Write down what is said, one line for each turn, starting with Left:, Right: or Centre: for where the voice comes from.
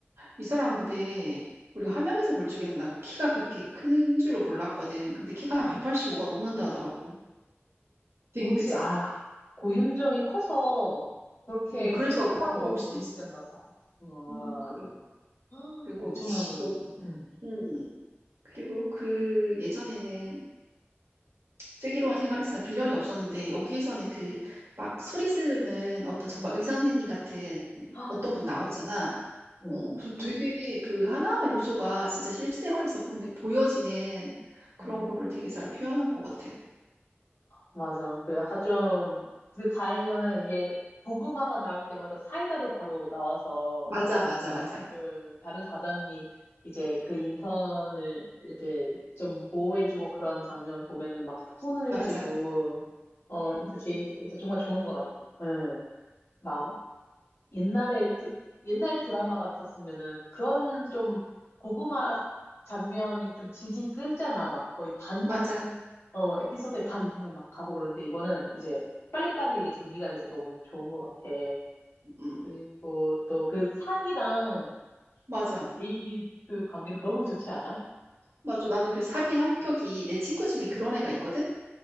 Right: 이 사람 근데 우리가 화면에서 볼 적에는 난 키가 그렇게 큰 줄을 몰랐거든. 근데 키가 한
Left: 음.
Right: 185가 넘는다 하더라고. 되게
Left: 뭐지?
Right: 크지?
Left: 아, 고윤정이 커서 그렇게
Right: 음, 그래서
Left: 키가 크다고
Right: 그런 걸
Left: 못
Right: 수도 있어.
Left: 느꼈나 봐. 와,
Right: 음, 그래.
Left: <gasps>
Right: 그리고
Left: 엄청나구나.
Right: 요-
Left: 음.
Right: 음, 그리고 그 예전에는 슬기로운 생활에서는 빌런이 없었는데 여기에서는 그 막 소리 지르는 어떤 정말 의사 선생님 같은
Left: 아,
Right: 어떤 분 나오잖아.
Left: 맞아. 음,
Right: 어, 그래서 되게 그 하나하나 요소가 진짜 실생활에서 보는, 보여지는 그런
Left: 음.
Right: 거를 되게 잘 표현한 것 같아.
Left: 맞아. 그 약간 좀, 근데 다행인 거는 이게 고구마가 나올 때마다 사이다도 바로 나와서
Right: 맞아, 맞아, 맞아,
Left: 그 다른 과장님이 이제 그 인턴을 이렇게 좀 보호해주고 그런 장면 보면은 막 손을
Right: 맞아,
Left: 쥐고 어
Right: 음,
Left: 진짜 재미 진짜 정말 좋은 것 같아. 응. 막 옛날에 드, 옛날 드라마 같았으면은 그런 좀 고구마 장면이 좀 질질 끌잖아. 막 거의 반
Right: 맞아,
Left: 어 에피소드의 반 이상을 막 가고 그러는데 이거는 이제 빨리빨리 이게 전기가 돼서 너무 좋은 것 같아.
Right: 음,
Left: 그리고 또 그 삽이랑
Right: 맞아,
Left: 내일이 그 관계도 너무 좋지 않아?
Right: 맞아. 나는 그 사비 성격이 내 친구 중에 그런 애가 있거든.